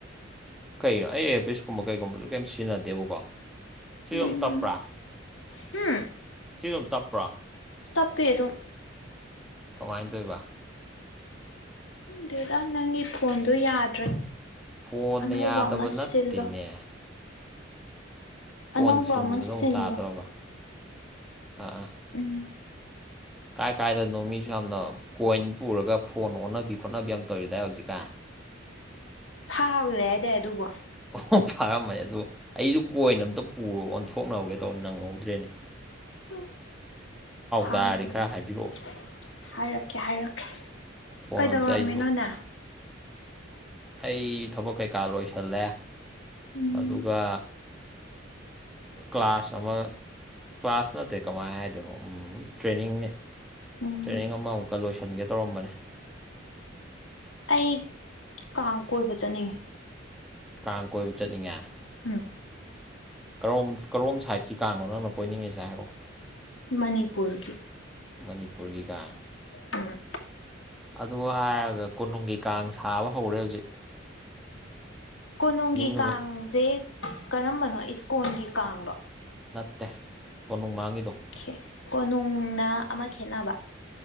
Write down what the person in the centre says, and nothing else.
ꯀꯩꯒꯤꯅꯣ ꯑꯩ ꯑꯦꯌꯔꯄꯤꯁ ꯀꯨꯝꯕ ꯀꯩꯒꯨꯝꯕꯁꯨ ꯀꯩꯝ ꯁꯤꯖꯤꯟꯅꯗꯦꯕꯀꯣ ꯁꯤꯖꯨ ꯑꯗꯨꯝ
ꯇꯞꯄ꯭ꯔꯥ?
ꯁꯤꯖꯨ ꯑꯗꯨꯝ ꯇꯞꯄ꯭ꯔꯥ?
ꯀꯃꯥꯏꯅ ꯇꯧꯔꯤꯕ?
ꯐꯣꯟꯅ
ꯌꯥꯗꯕ
ꯅꯠꯇꯦꯅꯦ
ꯐꯣꯟ
ꯁꯤꯟꯕꯗ
ꯑꯃꯨꯛ ꯇꯥꯗ‌ꯣꯔꯕ ꯑꯥ ꯑꯥ ꯫
ꯀꯥꯏ ꯀꯥꯏꯗꯅꯣ ꯃꯤꯁꯨ ꯌꯥꯝꯅ ꯀꯣꯏꯟ ꯄꯨꯔꯒ ꯐꯣꯟ ꯑꯣꯟꯅꯕꯤ ꯈꯣꯠꯅꯕꯤ ꯌꯥꯝ ꯇꯧꯔꯤꯗꯥꯏ ꯍꯧꯖꯤꯛꯀꯥꯟ ꯫
ꯑꯣ ꯐꯥꯔꯝꯃꯅꯤ ꯑꯗꯨ ꯑꯩꯁꯨ ꯀꯣꯏꯟ ꯑꯝꯇ ꯄꯨꯔꯒ ꯑꯣꯟꯊꯣꯛꯅꯕꯍꯧꯒꯦ ꯇꯧꯅꯤ ꯅꯪꯍꯧꯗ꯭ꯔꯦꯅꯦ ꯫
ꯇꯥꯔꯗꯤ ꯈꯔ ꯍꯥꯏꯕꯤꯔꯛꯑꯣ
ꯐꯣꯟ
ꯑꯝꯇ ꯑꯩꯁꯨ
ꯑꯩ ꯊꯕꯛ ꯀꯩꯀꯥ ꯂꯣꯏꯁꯜꯂꯦ
ꯑꯗꯨꯒ ꯀ꯭ꯂꯥꯁ ꯑꯃ ꯀ꯭ꯂꯥꯁ ꯅꯠꯇꯦ ꯀꯃꯥꯏꯅ ꯍꯥꯏꯗꯣꯏꯅꯣ ꯎꯝ ꯇ꯭ꯔꯦꯅꯤꯡꯅꯦ ꯫
ꯇ꯭ꯔꯦꯅꯤꯡ ꯑꯃ ꯑꯃꯨꯛꯀ ꯂꯣꯏꯁꯤꯟꯒꯦ ꯇꯧꯔꯝꯕꯅꯦ ꯫
ꯀꯥꯡ ꯀꯣꯏꯕ ꯆꯠꯅꯤꯡꯉꯦ ꯫
ꯀꯔꯣꯝ ꯀꯔꯣꯝ ꯁꯥꯏꯠꯀꯤ ꯀꯥꯡꯅꯣ ꯅꯪꯅ ꯀꯣꯏꯅꯤꯡꯉꯤꯁꯦ ꯍꯥꯏꯔꯛꯑꯣ ꯫
ꯃꯅꯤꯄꯨꯔꯒꯤ ꯀꯥꯡ
ꯑꯗꯨ ꯍꯥꯏꯔꯒ ꯀꯣꯅꯨꯡꯒꯤ ꯀꯥꯡ ꯁꯥꯕ ꯍꯧꯔꯦ ꯍꯧꯖꯤꯛ ꯫
ꯅꯨꯃꯤꯠ
ꯅꯠꯇꯦ ꯀꯣꯅꯨꯡ ꯃꯥꯡꯉꯤꯗꯣ ꯫